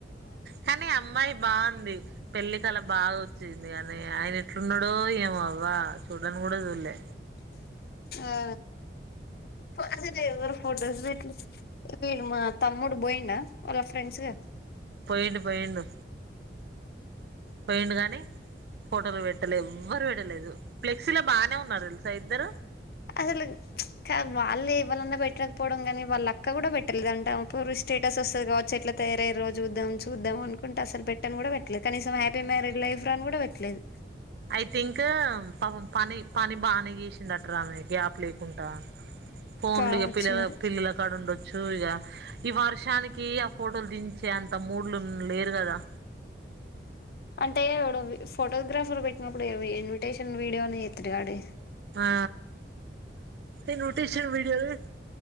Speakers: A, on the right; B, on the left.
A: కానీ అమ్మాయి బావుంది పెళ్ళో కళ బాగా వచ్చింది గానీ ఆయన ఎట్లున్నడో ఏమో అవ్వా చూడను కూడా చూడలే
B: ఆ పాదిరే ఎవ్వరూ ఫోటోస్ పెట్లే వీడు మా తమ్ముడు బోయిండా వాళ్ళ ఫ్రెండ్స్ గా
A: పొయ్యిండు పొయ్యిండు పొయ్యిండు గానీ ఫోటోలు పెట్టలే ఎవ్వరూ పెట్టలేదు ఫ్లెక్సీలో బానే ఉన్నారు తెలుసా ఇద్దరూ
B: అసలు కా వాళ్ళు ఎవలన్నా పెట్టకపోవడం కానీ వాళ్ళ అక్క కూడా పెట్టలేదంటాం పురి స్టేటసొస్ తది కావచ్చు ఎట్ల తయారయ్యిర్రో చూద్దాం చూద్దాం అనుకంటే అసలు పెట్టను కూడా పెట్టలే కనీసం హ్యాపీ మ్యారీడ్ లైఫ్ రా అని కూడా <inaudible> ట్లేదు
A: ఐతే ఇంక పాపం పని పని బానే చేసింది అంటరా ఆమె గ్యాప్ లేకుంటా ఫోన్లుగా
B: కావచ్చు
A: పిలవ
B: మరి
A: పిల్లుల కాడ ఉండొ చూ ఇగా ఈ వర్షానికి ఆ ఫోటోలు దించే అంత మూడ్లున్ లేరు కదా
B: అంటే ఎవడో వి ఫోటోగ్రాఫర్ పెట్టినప్పుడు ఇన్విటేషన్ వీడియోని ఎత్తడుగాడే
A: ఆ ఇన్విటిషన్ విడియో లేదు